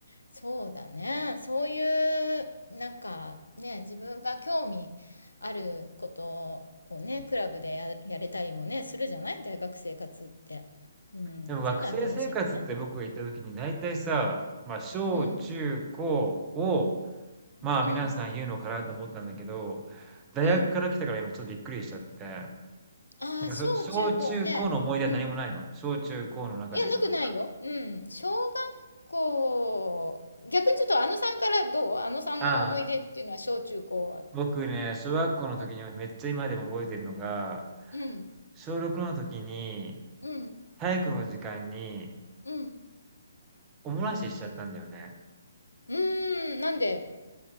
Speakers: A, on the left; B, on the right.
A: そうだね。そういう、なんかね、自分が興味あることをね、クラブでや、やれたりもね、するじゃない大学生活って。うん、
B: でも学生生活って僕が行った時に大体さ、
A: そういうのは楽しいよね。
B: まあ小中高を、
A: うん。
B: まあ皆さん言うのかなと思ったんだけど、
A: うん。
B: 大学から来たから今ちょっとびっくりしちゃって。
A: うん。ああ、
B: なんかそ、
A: 小中高ね。
B: 小中高の思い出は何もないの小中高の中でさ、
A: うん。いや、なくないよ。
B: なんか。
A: うん。小学校、逆にちょっとあのさんからどうあのさんの思い出っていうのは小中高は。
B: あ僕ね、小学校の時にめっちゃ今でも覚えてるのが、
A: うん。うん。
B: 小6の時に
A: うん。
B: 体育の時間に
A: うん。
B: お漏らししちゃったんだよね。
A: うーん。なんで